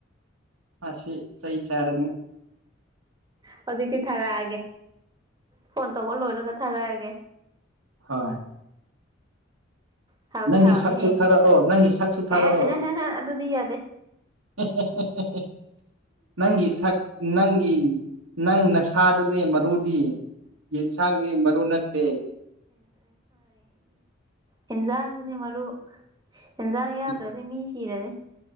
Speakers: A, on the right; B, on the right.
A: ꯃꯁꯤ ꯆꯩ ꯆꯔꯅꯤ
B: ꯍꯧꯖꯤꯛꯇꯤ ꯊꯥꯔꯛꯑꯒꯦ ꯐꯣꯟ ꯇꯧꯕ ꯂꯣꯏꯔꯒ ꯊꯥꯔꯛꯑꯒꯦ
A: ꯍꯣꯏ
B: ꯍꯥꯎꯗꯤ
A: ꯅꯪꯒꯤ
B: ꯍꯥꯎꯅꯤꯍꯦ
A: ꯁꯛꯁꯨ ꯊꯥꯔꯛꯑꯣ ꯅꯪꯒꯤ ꯁꯛꯁꯨ ꯊꯥꯔꯛꯑꯣ
B: ꯑꯦ ꯑꯗꯨꯗꯤ ꯌꯥꯗꯦ
A: <unintelligible> ꯅꯪꯒꯤ ꯁꯛ ꯅꯪꯒꯤ ꯅꯪ ꯅꯁꯥꯗꯅꯦ ꯃꯔꯨꯗꯤ ꯌꯦꯟꯁꯥꯡꯒꯤ ꯃꯔꯨ ꯅꯠꯇꯦ
B: ꯌꯦꯦꯟꯖꯥꯡꯁꯤꯅꯦ ꯃꯔꯨ ꯑꯦꯟꯖꯥꯡ ꯌꯥꯗ꯭ꯔꯗꯤ
A: ꯏꯆ-
B: ꯃꯤ ꯁꯤꯔꯅꯤ